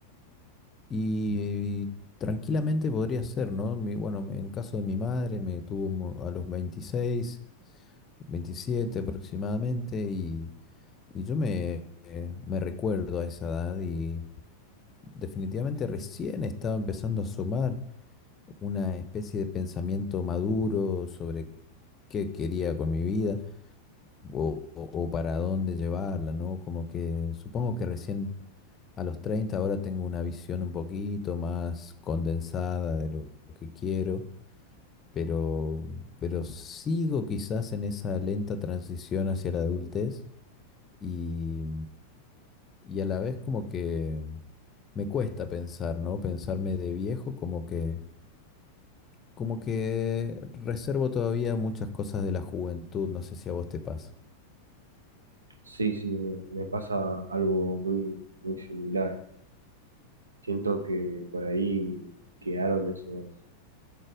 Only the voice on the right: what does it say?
Sí, sí, me, me pasa algo muy, muy similar. Siento que por ahí quedaron esos